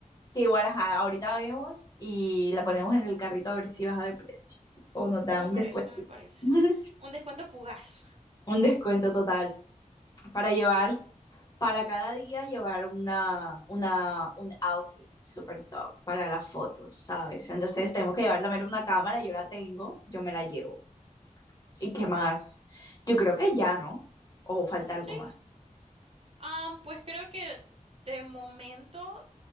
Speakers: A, on the left; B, on the right.
A: que igual ajá, ahorita vemos y la ponemos en el carrito a ver si baja de precio o nos da
B: Me
A: un
B: parece,
A: descuento.
B: me parece.
A: <laughs>
B: Un descuento fugaz.
A: un descuento total para llevar, para cada día llevar una, una, un outfit super top para las fotos, ¿sabes? Entonces tenemos que llevar también una cámara, yo la tengo, yo me la llevo. ¿Y qué más? Yo creo que ya, ¿no? O falta algo
B: Sí.
A: más.
B: Ah, pues creo que de momento,